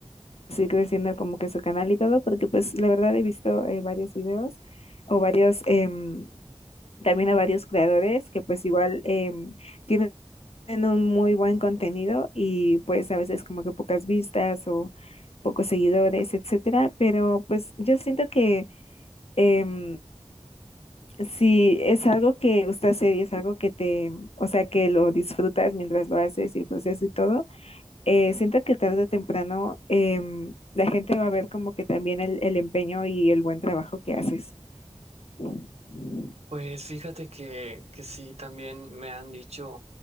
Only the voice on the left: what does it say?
así creciendo como que su canal y todo, porque pues la verdad he visto eh, varios videos o varios, em, también a varios creadores que pues igual em, tienen un muy buen contenido y pues a veces como que pocas vistas o pocos seguidores, etcétera, pero pues yo siento que em, si es algo que gusta hacer y es algo que te, o sea, que lo disfrutas mientras lo haces y el proceso y todo, eh, siento que tarde o temprano em, la gente va a ver como que también el, el empeño y el buen trabajo que haces. Ujú,